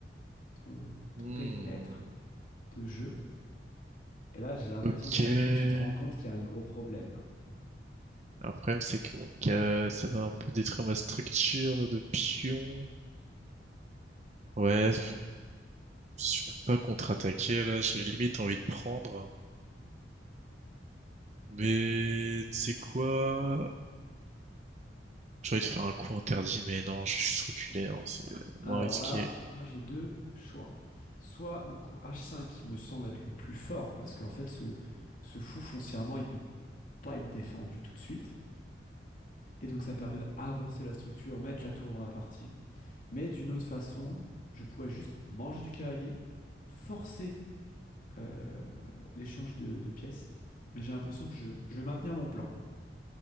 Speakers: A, on the left (about 50°); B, on the right (about 40°).
A: ton, ton
B: Hmm.
A: périmètre de jeu. Et là, j'ai l'impression
B: Ok.
A: que tu,
B: Le
A: tu te rends compte qu'il y a un gros problème, là.
B: problème, c'est que mon ca- ça va un peu détruire ma structure de pion. Ouais, Je peux pas contre-attaquer là, j'ai limite envie de prendre. Mais tu sais quoi? J'ai envie de faire un coup interdit, mais non, je vais juste reculer, hein, c'est moins
A: Alors
B: risqué.
A: là, moi, j'ai deux choix. Soit le coup H5 qui me semble être le plus fort, parce qu'en fait, ce, ce fou, foncièrement, il peut pas être défendu tout de suite. Et donc, ça permet d'avancer la structure, mettre la tour dans la partie. Mais d'une autre façon, je pourrais juste manger du cavalier, forcer euh, l'échange de, de pièces. Mais j'ai l'impression que je, je vais maintenir mon plan.